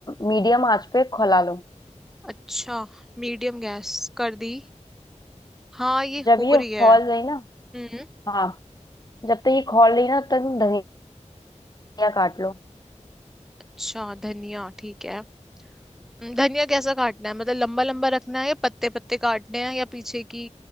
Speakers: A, on the left; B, in the centre.
A: मीडियम आंच पे खौला लो
B: अच्छा मीडियम गैस कर दी हाँ ये
A: जब
B: हो
A: ये
B: रही
A: खौल
B: है
A: गई ना
B: हम्म
A: हाँ जब तक ये खौल रही ना तब तक धनिया काट लो
B: अच्छा धनिया ठीक है हम्म, धनिया कैसा काटना है मतलब लंबा लंबा रखना है या पत्ते पत्ते काटने हैं या पीछे की